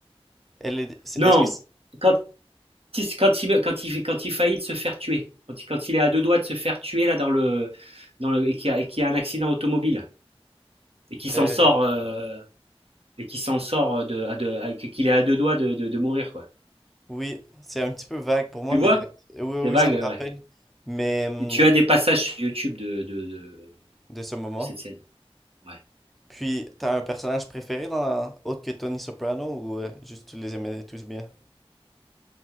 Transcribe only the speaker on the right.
non,
quand, il quand il, quand il, quand il faillit de se faire tuer, quand il, quand il est à deux doigts de se faire tuer là dans le, dans le, et qu'il y a, et qu'il y a un accident automobile et qui s'en
sort, euh, et qui s'en sort de, à deux- à- qu'il est à deux doigts de, de, de mourir quoi.
Tu vois?
C'est
vague,
ouais.
Et tu as des passages sur YouTube de, de, de- de
cette scène. Ouais.